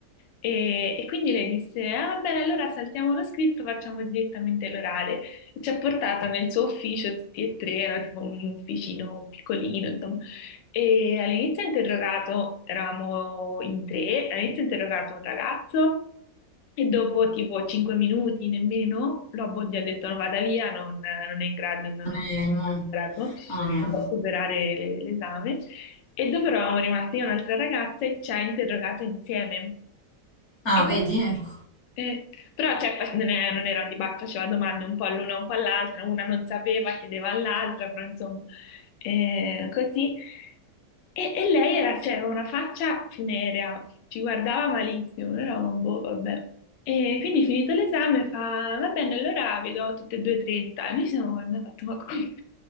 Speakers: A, on the left; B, on the left.
A: e, e quindi lei disse, ah va bene, allora saltiamo lo scritto, facciamo direttamente l'orale. E ci ha portato nel suo ufficio tutti e tre, era tipo un ufficino piccolino, insomma, e all'inizio ha interrogato, eravamo in tre, all'inizio ha interrogato un ragazzo e dopo tipo 5 minuti nemmeno, Lobo gli ha detto no, vada via, non, non è in grado, non,
B: non
A: non è in
B: è il mo-
A: grado,
B: Mamma mia.
A: non può superare le- l'esame. E dopo eravamo rimasti io e un'altra ragazza e ci ha interrogato insieme.
B: Ah,
A: Ed
B: vedi?
A: è-
B: Ecco,
A: eh, però cioè, face- non, è- non era un dibattito, faceva domande un po' all'una, un po' all'altra, una non sapeva, chiedeva all'altra, però insomma, eh, così. E, e lei era, cioè, aveva una faccia funerea, ci guardava malissimo, noi eravamo, boh, vabbè. E quindi finito l'esame fa, va bene, allora vi do tutte e due 30. E noi ci siamo guardati e abbiamo fatto, ma come?